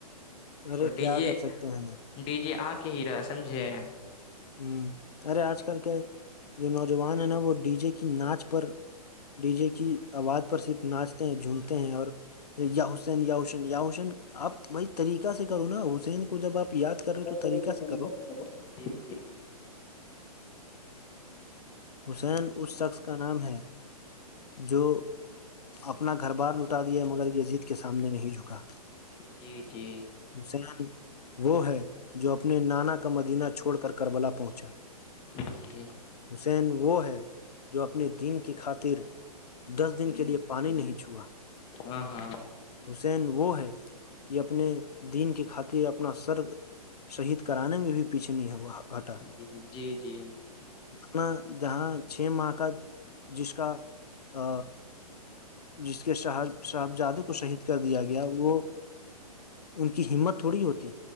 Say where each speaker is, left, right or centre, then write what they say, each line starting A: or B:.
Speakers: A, on the left; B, on the left.
A: ارے
B: اور ڈی
A: کیا
B: جی
A: کر سکتے ہیں
B: ڈی جے آ کے ہی رہا سمجھے
A: ہوں ارے آج کل کے جو نوجوان ہے نا وہ ڈی جے کی ناچ پر ڈی جے کی آواز پر صرف ناچتے ہیں جھومتے ہیں اور یاح حسین یا حسین یاحسین آپ بھائی طریقہ سے کرو نا حسین کو جب آپ یاد رہے ہو
B: کر تو طریقہ
A: سے کرو
B: جی جی
A: حسین اس شخص کا نام ہے جو اپنا گھر بار لٹا دیا مگر یہ ضد کے سامنے نہیں جھکا
B: جی جی
A: حسین وہ ہے جو اپنے نانا کا مدینہ چھوڑ کر کربلا پہنچا
B: جی
A: حسین وہ ہے جو اپنے دین کی خاطر دس دن کے لئے پانی نہیں چھوا
B: ہاں ہاں
A: حسین وہ ہے کہ اپنے دین کے خاطر اپنا سر شہید کرانے میں بھی پیچھے نہیں ہوا ہٹا
B: ج جی جی
A: اتنا جہاں چھ ماہ کا جس کا ا جس کے شہر صاحب جادو کو شہید کر دیا گیا وہ ان کی ہمت تھوڑی ہوتی